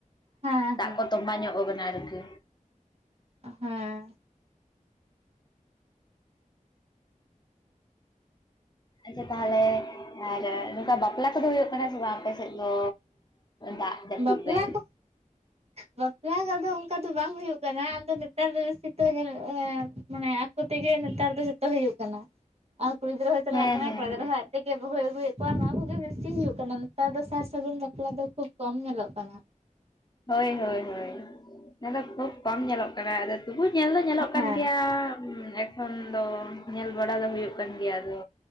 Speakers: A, on the left; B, on the right.
A: ᱾
B: ᱦᱮᱸ
A: ᱫᱟᱜ
B: ᱦᱮᱸ
A: ᱠᱚ ᱛᱚᱢᱵᱟ ᱧᱚᱜ ᱟᱠᱟᱱᱟ᱾ ᱟᱨᱠᱤ
B: ᱦᱮᱸ
A: ᱟᱪᱪᱮ ᱛᱟᱦᱚᱞᱮ ᱟᱨ ᱱᱚᱝᱠᱟ ᱵᱟᱯᱞᱟ ᱠᱚᱼᱫᱚ ᱦᱩᱭᱩᱜ ᱠᱟᱱᱟ ᱾ᱥᱮ ᱵᱟᱝ ᱟᱯᱮ ᱥᱮᱫ ᱫᱚ ᱾ᱫᱟᱜ ᱡᱟᱹᱯᱩᱫ
B: ᱵᱟᱯᱞᱟ
A: ᱨᱮ?
B: ᱠᱚ ᱵᱟᱯᱞᱟ ᱠᱚᱫᱚ ᱚᱱᱠᱟ ᱫᱚ ᱵᱟᱝ ᱦᱩᱭᱩᱜ ᱠᱟᱱᱟ, ᱟᱫᱚ ᱱᱮᱛᱟᱨ ᱫᱚ ᱵᱮᱥᱤ ᱛᱚ ᱧᱮᱞᱚᱜ ᱮᱸ ᱢᱟᱱᱮ ᱟᱠᱚ ᱛᱮᱜᱮ ᱱᱮᱛᱟᱨ ᱫᱚ ᱡᱚᱛᱚ ᱦᱩᱭᱩᱜ ᱠᱟᱱᱟ, ᱟᱨ ᱠᱩᱲᱤ ᱜᱤᱫᱽᱨᱟᱹ ᱦᱚᱸᱭ ᱪᱟᱞᱟᱜ
A: ᱦᱮᱸ
B: ᱠᱟᱱᱟᱭ
A: ᱦᱮᱸ ᱦᱮᱸ
B: ᱠᱚᱲᱟ ᱜᱤᱫᱽᱨᱟᱹ ᱦᱚᱸ ᱟᱡ ᱟᱡ ᱛᱮᱜᱮ ᱵᱟᱦᱩᱭ ᱟᱹᱜᱩᱭᱮᱫ ᱠᱚᱣᱟ ᱱᱚᱣᱟ ᱠᱚᱜᱮ ᱵᱮᱥᱤ ᱦᱩᱭᱩᱜ ᱠᱟᱱᱟ, ᱱᱮᱛᱟᱨ ᱫᱚ ᱥᱟᱨ ᱥᱟᱹᱜᱩᱱ ᱵᱟᱯᱞᱟ ᱫᱚ ᱠᱷᱩᱵ ᱠᱚᱢ ᱧᱮᱞᱚᱜ ᱠᱟᱱᱟ ᱾
A: ᱦᱳᱭ ᱦᱳᱭ ᱦᱳᱭ, ᱚᱱᱟ ᱫᱚ ᱠᱷᱩᱵ ᱠᱚᱢ ᱧᱮᱞᱚᱜ ᱠᱟᱱᱟ, ᱟᱫᱚ ᱛᱚᱵᱩ ᱧᱮᱞ ᱫᱚ ᱧᱮᱞᱚᱜ
B: ᱦᱮᱸ
A: ᱠᱟᱱ ᱜᱮᱭᱟ ᱾ ᱦᱮ ᱮᱠᱷᱚᱱ ᱫᱚ ᱧᱮᱞ ᱵᱟᱲᱟ ᱫᱚ ᱦᱩᱭᱩᱜ ᱠᱟᱱ ᱜᱮᱭᱟ ᱟᱫᱚ᱾